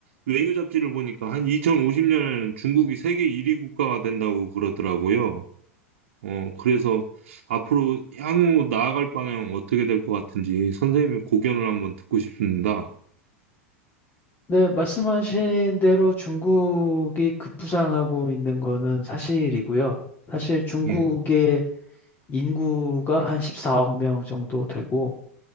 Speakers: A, on the right; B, on the left.
A: 외교 잡지를 보니까 한 2050년에는 중국이 세계 1위 국가가 된다고 그러더라고요. 어, 그래서 앞으로 향후 나아갈 방향 어떻게 될 것 같은지 선생님의 고견을 한번 듣고 싶습니다.
B: 네, 말씀하신 대로 중국이 급부상하고 있는 거는 사실이고요. 사실 중국의
A: 예,
B: 인구가 한 14억 명 정도 되고,